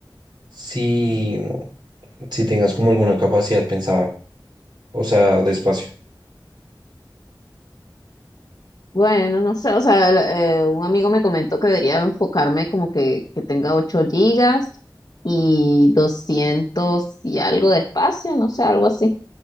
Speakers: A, on the right; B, on the left.
A: si, si tengas como alguna capacidad pensada, o sea, de espacio.
B: Bueno, no sé, o sea, el- eh, un amigo me comentó que debería enfocarme como que, que tenga 8 gigas y 200 y algo de espacio, no sé, algo así.